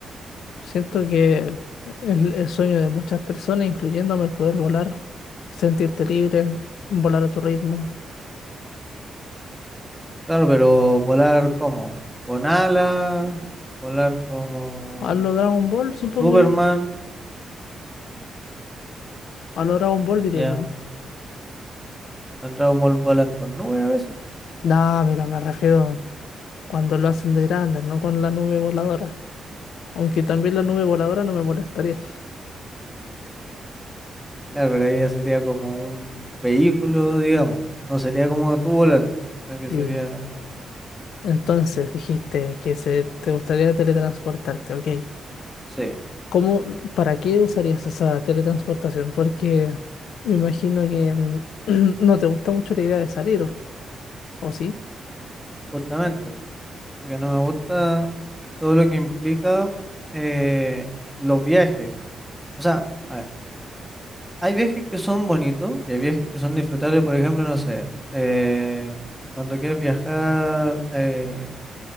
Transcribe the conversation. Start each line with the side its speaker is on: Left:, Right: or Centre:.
Left: Siento que es el sueño de muchas personas, incluyéndome el poder volar, sentirte libre, volar a tu ritmo.
Centre: Claro, pero volar como, con alas, volar como,
Left: A lo Dragon Ball,
Centre: como
Left: supongo
Centre: Superman.
Left: yo. A lo Dragon Ball diría
Centre: Ya,
Left: yo.
Centre: en Dragon Ball volan con nubes a veces.
Left: Nah, pero me refiero cuando lo hacen de grande, no con la nube voladora. Aunque también la nube voladora no me molestaría.
Centre: Claro, pero ahí ya sería como un vehículo, digamos. No sería como tú volar, sino que
Left: Sí.
Centre: sería,
Left: Entonces dijiste que se, te gustaría teletransportarte, ok.
Centre: sí,
Left: ¿Cómo, para qué usarías esa teletransportación? Porque me imagino que n- <clears throat> no te gusta mucho la idea de salir, ¿o sí?
Centre: justamente. Porque no me gusta todo lo que implica eh, los viajes. O sea, a ver, hay viajes que son bonitos y hay viajes que son disfrutables, por ejemplo, no sé, eh, cuando quieres viajar eh,